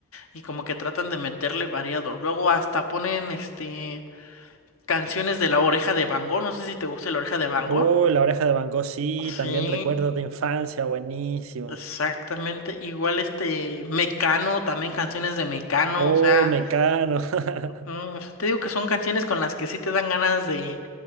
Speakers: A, on the left; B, on the right.
A: y como que tratan de meterle variado. Luego hasta ponen, este, canciones de la oreja de Van Gogh. No sé si te gusta la oreja de Van
B: oh
A: Gogh.
B: La oreja de Van Gogh, sí,
A: Sí,
B: también recuerdos de infancia buenísimos.
A: Exactamente, igual este Mecano, también canciones de Mecano,
B: Oh,
A: o sea,
B: Mecano. <laughs>
A: mm, o sea, te digo que son canciones con las que sí te dan ganas de,